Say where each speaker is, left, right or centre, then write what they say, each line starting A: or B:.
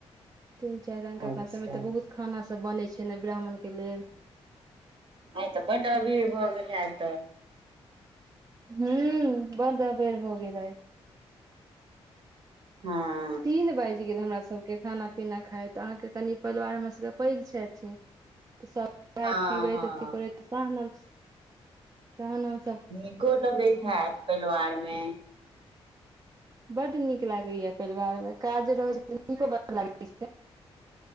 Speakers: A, on the right (about 30°); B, on the right (about 45°).
A: तीन चारि रंग के
B: अच्छा
A: अपना सबके तऽ बहुत खाना सब बनै छै ने ब्राह्मण के लेल
B: आइ तऽ बड्ड अबीर भऽ गेल हत
A: हू बड अबेर भ गेल रहै
B: हँ
A: तीन बाजि गेल हमरा सबके खाना पीना खायत अहाँके कनि परिवार हमरा सभके पैघ छथिन ऽ सभ खाइत
B: हँ
A: पिबैत
B: हँ
A: अथी करैत तहन हम स तहन हम
B: नीको लगैत हैत परिवारमे
A: बड्ड नीक लागैए परिवारमे काज रहय छै तऽ नीको बड लागैत छै